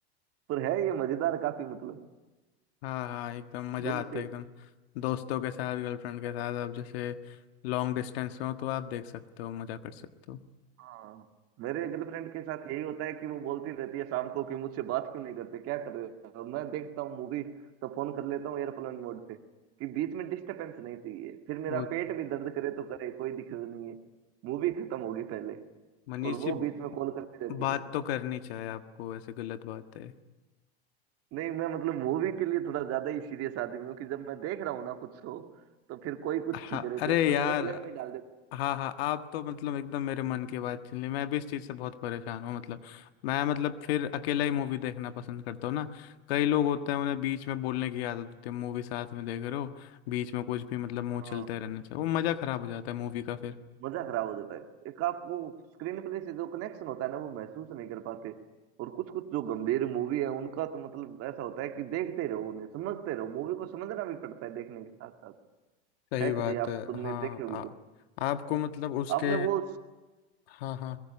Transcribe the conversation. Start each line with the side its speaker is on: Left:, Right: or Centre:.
Right: पर है ये मजेदार काफी मतलब
Left: हाँ हाँ एकदम मज़ा
Right: दूर
Left: आता
Right: से
Left: है एकदम दोस्तों के साथ गर्लफ्रेंड के साथ आप जैसे लॉन्ग डिस्टेंस में हो तो आप देख सकते हो मज़ा कर सकते हो
Right: हाँ मेरे गर्लफ्रेंड के साथ यही होता है कि वो बोलती रहती है शाम को कि मुझसे बात क्यों नहीं करते क्या कर रहे हो मैं देखता हूँ मूवी तो फोन कर लेता हूँ एयरप्लेन मोड पे कि बीच में डिस्टरबेंस नहीं चाहिए फिर मेरा
Left: वो
Right: पेट भी दर्द करे तो करे कोई दिक्कत नहीं है मूवी खत्म होगी पहले
Left: मनीष
Right: और
Left: जी
Right: वो बीच में कॉल करती रहती
Left: बात
Right: है
Left: तो करनी चाहिए आपको ऐसे गलत बात है
Right: नहीं मैं मतलब मूवी के लिए थोड़ा ज्यादा ही सीरियस आदमी हूँ कि जब मैं देख रहा हूँ ना कुछ शो तो फिर कोई कुछ
Left: हाँ
Right: ही करे
Left: अरे
Right: चाहे अपन
Left: यार
Right: एरोप्लेन में ही डाल देते
Left: हाँ हाँ आप तो मतलब एकदम मेरे मन की बात छीन ली मैं भी इस चीज़ से बहुत परेशान हूँ मतलब मैं मतलब फिर अकेला ही मूवी देखना पसंद करता हूँ ना कई लोग होते हैं उन्हें बीच में बोलने की आदत होती है मूवी साथ में देख रहे हो बीच में कुछ भी मतलब मुंह
Right: हैं। हाँ
Left: चलते रहना चाहिए वो मज़ा खराब हो जाता है मूवी का फिर
Right: मजा खराब हो जाता है एक आप वो स्क्रीन प्ले से जो कनेक्शन होता है ना वो महसूस नहीं कर पाते और कुछ कुछ जो गंभीर मूवी है उनका तो मतलब ऐसा होता है कि देखते रहो उन्हें समझते रहो मूवी को समझना भी पड़ता है देखने के साथ साथ
Left: सही
Right: है
Left: बात
Right: कि नहीं आप
Left: है
Right: तुमने
Left: हाँ
Right: देखी होगी
Left: आ,
Right: तो
Left: आपको मतलब उसके
Right: आपने वो
Left: हाँ हाँ